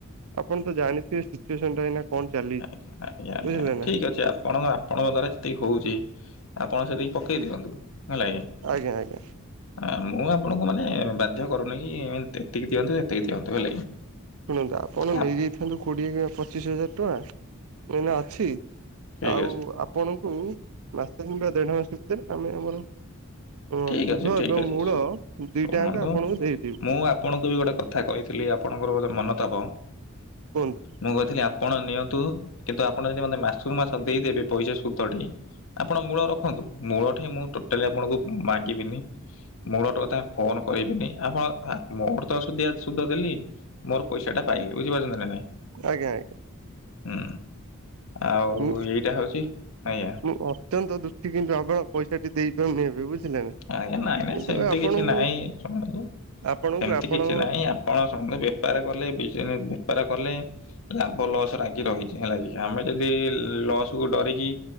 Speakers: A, on the right; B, on the left.
A: ଆପଣ ତ ଜାଣିଥିବେ ସିଚୁଏସନ୍ ଟା ଏଇନା? କଣ ଚାଲିଛି
B: ଜାଣିଛି ଆଜ୍ଞା ଆଜ୍ଞା
A: ବୁଝିଲେ
B: ଆଜ୍ଞା
A: ନା।
B: ଠିକ୍ ଅଛି ଆପଣ ମା। ଆପଣଙ୍କ ଦ୍ଵାରା ଯେତିକି ହଉଛି ଆପଣ ସେତିକି ପକେଇ ଦିଅନ୍ତୁ ହେଲାକି।
A: ଆଜ୍ଞା ଆଜ୍ଞା।
B: ହଁ ମୁଁ ଆପଣଙ୍କୁ ମାନେ ବାଧ୍ୟ କରୁନାଇଁ ଏନ୍ ତେତିକି ଦିଅନ୍ତୁ ସେତିକି ଦିଅନ୍ତୁ ହେଲା କି।
A: ଶୁଣନ୍ତୁ ଆପଣ
B: ଆ,
A: ନେଇଯାଇଥାନ୍ତୁ କୋଡ଼ିଏ କିଆଁ ପଚିଶ ହଜାର ଟଙ୍କ। ଏଇନା ଅଛି
B: ଠିକ୍
A: ଆଉ
B: ଅଛି
A: ଆପ୍ ପଣଙ୍କୁ ମାସେ କିମ୍ବା ଦେଢ଼ ମାସେ ଭିତରେ ଆମେ ଆମର। ଅଁ
B: ଠିକ୍
A: ସୁଧ
B: ଅଛି ଠିକ୍
A: ଏବଂ
B: ଅଛି
A: ମୂଳ
B: ଶୁ-
A: ଦିଟାୟାଙ୍କ
B: ଶୁଣନ୍ତୁ
A: ଆପଣଙ୍କୁ ଦେଇଦେଉ।
B: ମୁଁ ଆପଣଙ୍କୁ ବି ଗୋଟେ କ ଥା କହିଥିଲି ଆପଣଙ୍କର ବୋଧେ ମନତାବ।
A: କୁହନ୍ତୁ
B: ମୁଁ କହିଥିଲି ଆପଣ ନିଅନ୍ତୁ କିନ୍ତୁ ଆପଣ ଯଦି ମନେ ମାସୁକୁ ମାସ ଦେଇଦେବେ ପଇସା ସୁଧଟି। ଆପଣ ମୂଳ ରଖନ୍ତୁ ମୂଳ ଠେଇଁ ମୁଁ ଟୋଟାଲି ଆପଣଙ୍କୁ ହୁଁ ମାଗିବିନି। ମୂଳଟ କଥା ଫୋନ କରିବିନି ଆପଣ ଆ ମୋର ତ ସୁଦିଆ ସୁଦ ଦେଲି। ମୋର ପଇସାଟା ପାଇଲି ବୁଝିପାରୁଛନ୍ତି ନା ନାଇଁ?
A: ଆଜ୍ଞା ଆଇଁ।
B: ହୁଁ ଆଉ
A: ମୁଁ
B: ଏଇଟା ହଉଛି ଆଜ୍ଞା।
A: ମୁଁ ଅତ୍ୟନ୍ତ ଦୁଃଖୀ କିନ୍ତୁ ଆପଣ ପଇସାଟି ଦେଇପାରୁନି ଏବେ ବୁଝିଲେ ନା।
B: ଆଜ୍ଞା ନାଇଁ ନାଇଁ
A: କିନ୍ତୁ
B: ସେମ୍ତି
A: ଆପଣଙ୍କୁ
B: କିଛି ନାଇଁ ଶୁଣନ୍ତୁ
A: ଆପଣଙ୍କୁ
B: ସେମ୍ତି
A: ଆପଣଙ୍କ
B: କିଛି ନାଇଁ ଆ ପଣ ଶୁଣନ୍ତୁ ବେପାର କଲେ <unintelligible> ବେପାର କଲେ। ଲାଭ ଲସ ଲାଗି ରହିଚି ହେଲା କି। ଆମେ ଯଦି ଲସ୍କୁ ଡରିକି